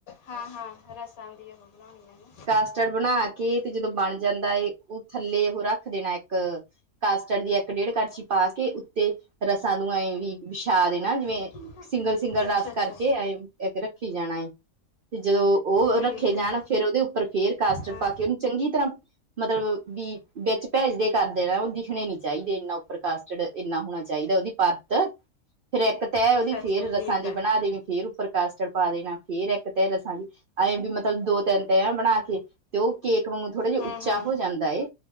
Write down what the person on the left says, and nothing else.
ਹਾਂ- ਹਾਂ ਰਸਾਂ ਦੀ ਉਹ ਬਣਾਉਣੀ ਨੇ,
ਨਾ
ਅੱਛਾ
ਅੱਛਾ
ਠੀਕ
ਹੈ
ਹਾਂ
ਅੱਛਾ
ਅੱਛਾ
ਠੀਕ
ਹੈ
ਹੂੰ
ਹੂੰ